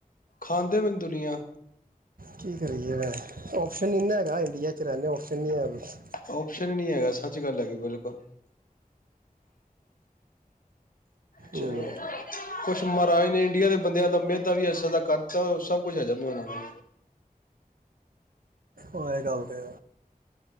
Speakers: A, on the left; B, on the right.
A: ਖਾਂਦੇ ਪਏ ਨੇ ਦੁਨੀਆਂ।
B: ਕੀ ਕਰੀਏ ਵੇਹੇ ਔਪਸ਼ਨ ਨਹੀਂ ਹੈਗਾ ਇੰਡੀਆ ' ਰਹਿਨੇ ਓ। ਸੁਵ <inaudible>
A: ਓਪਸ਼ਨ ਨੀ ਹੈਗਾ, ਸੱਚ -ਗੱਲ ਹੈਗੀ ਬਿਲਕੁਲ। ਚਲੋ
B: ਹੂੰ
A: ਕੁਛ ਮਹਾਰਾਜ ਨੇ ਇੰਡੀਆ ਦੇ ਬੰਦਿਆਂ ਦਾ ਮੇਹ ਦਾ ਵੀ ਐਸਾ ਕਰਤਾ ਸਭ ਕੁਛ ਹੈ ਜਾਂ ਇਹਨਾਂ ਨੂੰ
B: ਉਹ ਇਹ ਗੱਲ ਤੇ